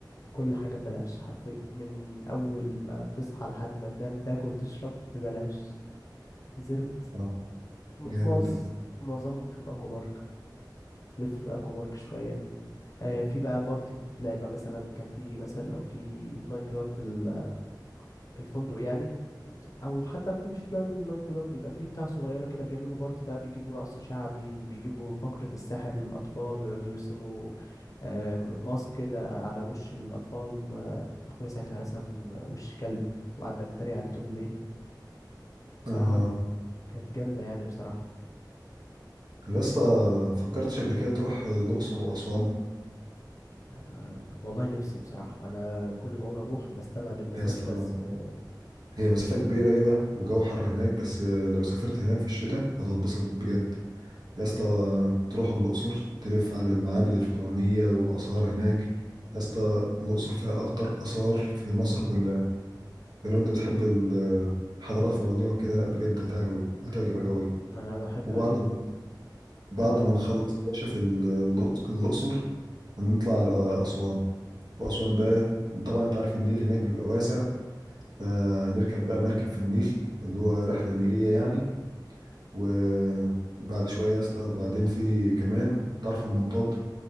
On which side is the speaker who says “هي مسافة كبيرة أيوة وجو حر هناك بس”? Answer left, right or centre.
Right